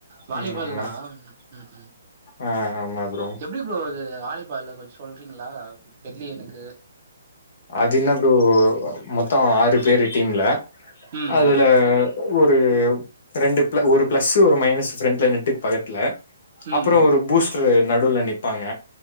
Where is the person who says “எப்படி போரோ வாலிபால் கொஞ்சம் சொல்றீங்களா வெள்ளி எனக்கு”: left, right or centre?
Right